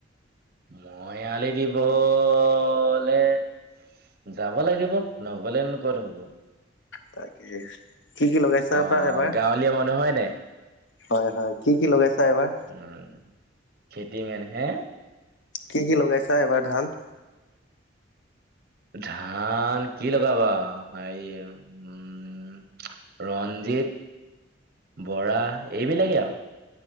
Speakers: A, on the right; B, on the left.
A: মই আলি দিবলে - যাব লাগিব, নগলেনো ক'ত হব।
B: তাকে, কি কি লগাইছা
A: অ',
B: বা এইবাৰ?
A: গাঁৱলীয়া মানুহ হয় নাই
B: হয় হয়, কি কি লগাইছা এইবাৰ?
A: উম, খেতি মেইন। হে?
B: কি কি লগাইছা এইবাৰ ধান?
A: ধান কি লগাবা সেই উম - উম, ৰঞ্জিত, বৰা এইবিলাকে আও।